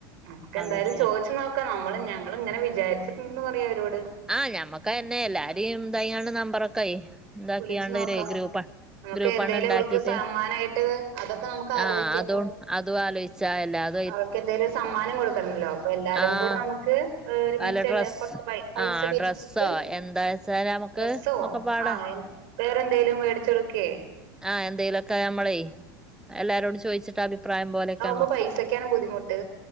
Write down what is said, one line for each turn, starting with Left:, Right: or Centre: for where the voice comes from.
Right: നമുക്ക് എന്തായാലും
Centre: അതന്നെ
Right: ചോദിച്ച് നോ ക്കെ നമ്മള് ഞങ്ങള് ഇങ്ങനെ വിചാരിച്ചിട്ടുണ്ടന്ന് പറയാ അവരോട്
Centre: ആഹ് ഞമ്മക്ക് അയിന്നെ എല്ലാരെയും ഇതായോണ്ട് നമ്പറൊക്കെയെ എന്താക്കിയാണ്ട്
Right: വിളിച്ചു നോക്കാം
Centre: ഗ്രൂപ്പ
Right: നമുക്ക്
Centre: ഗ്രൂപ്പാണ്
Right: എന്തേലും
Centre: ഇണ്ടാക്കിട്ട്
Right: അവൾക്ക് സമ്മാനമായിട്ട് അതൊക്കെ നമുക്ക് ആലോചിക്കാം
Centre: ആഹ് അതും
Right: അപ്പൊ
Centre: അതും ആലോചിച്ചാ എല്ലാർക്കും
Right: അവൾക്ക് എന്തേലും സമ്മാനം കൊടുക്കണല്ലോ അപ്പൊ എല്ലാരും
Centre: ആഹ്
Right: കൂടെ നമുക്ക് ഒരുമിച്ച്
Centre: അല്ല ഡ്രസ്സ്
Right: എല്ലാ കുറച്ച് പൈ പൈസ
Centre: ആഹ്
Right: പിരിച്ചിട്ട്
Centre: ഡ്രസ്സോ എന്താച്ചാല് നമുക്ക്
Right: ഡ്രെസോ
Centre: ഒക്കെപ്പാടെ
Right: ആഹ് വേറെ എന്തേലും മേടിച്ചു കൊടു ഓക്കെ
Centre: ആഹ് എന്തേലുവൊക്കെ നമ്മളെ എല്ലാരോടും ചോദിച്ചിട്ട് അഭിപ്രായം പോലെയൊക്കെ അ
Right: ഇപ്പൊ പൈസക്കാണ് ബുദ്ധിമുട്ട്